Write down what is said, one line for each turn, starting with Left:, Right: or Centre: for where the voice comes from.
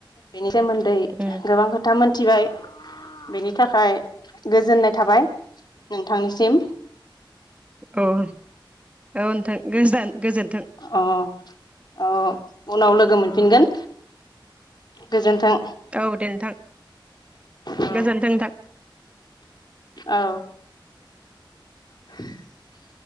Left: बेनि सोमोन्दै
Right: उम
Left: गोबां खोथा मोन थिबाय बेनि नि थाखाय गोजोननाय थाबाय नोंथांनिसिम।
Right: औ। औ नोंथां गोजान गोजोनथों।
Left: अ अ उनाव लोगो मोनफिनगोन गोजोन्थों।
Right: औ दे नोंथां
Left: औ
Right: गोजोनथों नोंथां।
Left: औ। <unintelligible>